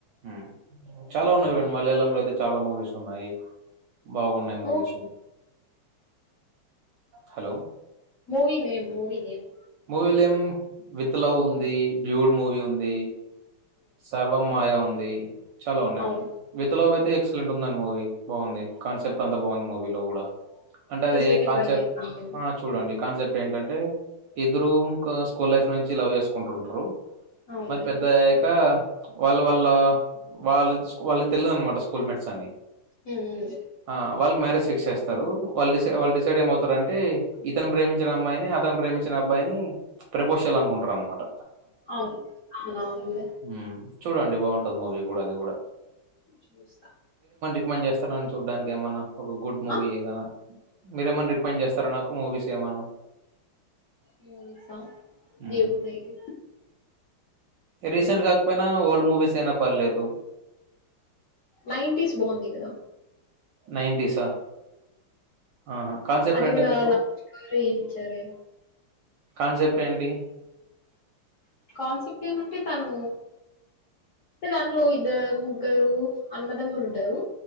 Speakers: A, on the right (about 70°); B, on the left (about 70°).
A: హ్మ చాలా ఉన్నాయి చూడండి మలయాళంలో అయితే చాలా మూవీస్ ఉన్నాయి బాగున్నాయి movies
B: movie
A: hello
B: movie name movie name
A: movie name with love ఉందీ డ్యూడ్ మూవీ ఉందీ సర్వం మాయా ఉందీ చాలా ఉన్నాయి
B: అవును
A: విత లవ్ అయితే ఎక్సలెంట్ ఉందడి మూవీ బాగుంది కాన్సెప్ట్ అంతా బాగుంది మూవీలో కూడా అంటే అదీ
B: చూసాకే
A: కాన్సెప్ట్
B: ట్రై చేస్తాంలేండి
A: ఆ చూడండి కాన్సెప్ట్ ఏంటంటే ఇద్దరు ఇంకాస్ స్కూల్ లైఫ్ నుంచి లవ్ చేసుకుంటుంటారు
B: అవునులేండి
A: మరి పెద్దయ్యాక వాళ్ళ వాళ్ళ వాళ్ళు వాళ్ళు తెలియదునమాట స్కూల్ మేట్స్ అని
B: ఉమ్
A: ఆ వాళ్ళ కు మ్యారేజ్ పిక్స్ స్తారు వాళ్ళు డిసై వాళ్ళు డిసైడ్ ఏమవుతారంటే ఇతను ప్రేమించిన అమ్మాయిని అతను ప్రేమించిన అబ్బాయిని ప్రపోషల్ అనుకుంటారు అనమాట
B: అవును అవున అవునులే
A: హ్మ్. చూడండి బాగుంటది మూవి కూడా అది కూడా
B: చూస్తా
A: పని చేస్తారని చూడానికి ఏమన్నా ఒక గుడ్ మూవీ
B: ఆ
A: ఏదనా మీరేమన్నా రికమెండ్ చేస్తారా నాకు మూవీస్ ఏమన్నా
B: మూవిస్ ఆ
A: హ్మ్.
B: ఏమున్నాయి
A: రీసెంట్ కాకపోయినా ఓల్డ్ మూవీస్ అయినా పర్లేదు
B: నైన్ంటీస్ బాగుంది కదా.
A: నైన్టీస్ ఆ కాన్సెప్ట్
B: అది
A: ఎంటంటది.
B: కూడా లాస్ట్ లో ఏపిచ్చారే
A: కాన్సెప్ట్ ఏంటి.
B: కాన్సెప్ట్ ఏమంటే తను అంటే దాంట్లో ఇద్ద ముగ్గురు అన్నదమ్ములు ఉంటారు.